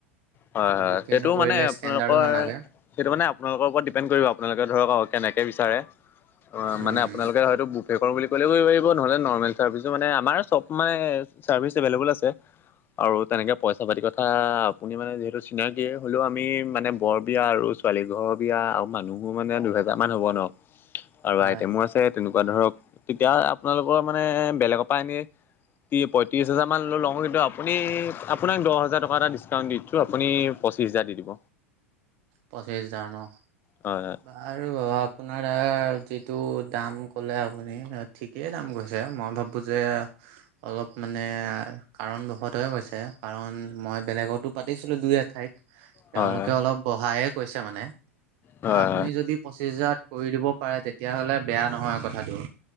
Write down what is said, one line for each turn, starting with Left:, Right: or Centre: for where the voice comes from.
Left: হয়, হয়,
Right: বুফে
Left: সেইটো
Right: নকৰিলে
Left: মানে আপোনালোকৰ
Right: ষ্টেণ্ডাৰ্ডো নালাগে
Left: সেইটো মানে আপোনালোকৰ ওপৰত ডিপেণ্ড কৰিব আপোনালোকে ধৰক কেনেকে বিচাৰে। অ',
Right: উম
Left: মানে আপোনালোকে হয়তো বুফে কৰিম বুলি কলেও পাৰিব নহ'লে নৰ্মেল চাৰ্ভিছো মানে আমাৰ চব মানে চাৰ্ভিচ এভেলেভোল আছে আৰু তেনেকে পইচা পাতি কথা কথা আপুনি মানে যিহেতু চিনাকি হ'লেও আমি মানে বৰ বিয়া আৰু ছোৱালী ঘৰৰ বিয়া আৰু মানুহ মোৰ মানে দুহেজাৰ মান হ'ব ন আৰু
Right: হয়
Left: আইটেমো আছে। তেনেকুৱা ধৰক তেতিয়া আপোনালোকৰ মানে বেলেগৰ পৰা এনেই কি হেজাৰমান লৈ লওঁ কিন্তু আপুনি আপোনাক দহ হাজাৰ টকা এটা ডিছকাউণ্ট দিছোঁ আপুনি পঁচিছ হাজাৰ দি দিব।
Right: পঁচিছ হাজাৰ ন?
Left: হয়, হয়।
Right: আৰু আপোনাৰ অ যিটো দাম ক'লে আপুনি ঠিক কে দাম কৈছে মই ভাবো যে অলপ মানে কাৰণবশতহে কৈছে কাৰণ মই বেলেগতো পাতিছিলো দুই এঠাইত। তেওঁলোকে
Left: হয়
Right: অলপ বঢ়ায়ে কৈছে মানে
Left: হয়
Right: আপুনি
Left: হয়
Right: যদি পঁচিছ হেজাৰত কৰি দিব পাৰে তেতিয়াহলে বেয়া নহয় কথাটো